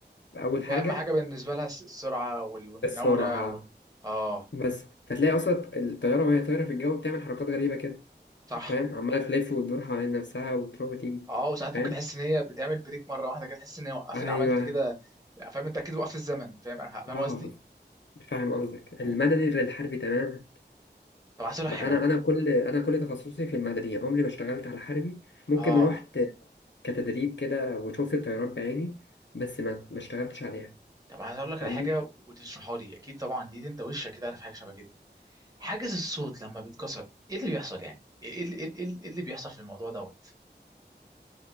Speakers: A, on the left (about 85°); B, on the right (about 20°).
A: أول حاجة
B: هي أهم حاجة بالنسبة لها الس- السرعة وال... والمناورة
A: السرعة
B: و... اه
A: بس فتلاقي أصلا الطيارة وهي طايرة في الجو بتعمل حركات غريبة كده
B: صح
A: فاهم عمالة تلف وتدور حوالين نفسها وتروح وتيجي
B: اه وساعات
A: فاهم
B: ممكن تحس إن هي بتعمل بريك مرة واحدة كده تحس إن هي وقفت
A: أيوه
B: عملت كده يعني فاهم أنت أكيد وقفت الزمن فاهم فاهم
A: اه
B: قصدي؟
A: فاهم قصدك
B: اه
A: المدني غير الحربي تماما
B: طب عايز أقول
A: بقى
B: لك حاجة
A: أنا
B: بقى
A: أنا كل أنا كل تخصصي في المدني عمري ما اشتغلت على حربي ممكن
B: اه
A: رحت كتدريب كده وشفت الطيارات بعيني بس ما ما اشتغلتش عليها
B: طب عايز أقول لك
A: فاهمني
B: على حاجة وتشرحها لي أكيد طبعا دي, دي أنت وشك كده عارف حاجة شبه كده حاجز الصوت لما بيتكسر إيه اللي بيحصل يعني؟ إيه, إيه, إيه, إيه إيه اللي بيحصل في الموضوع دوت؟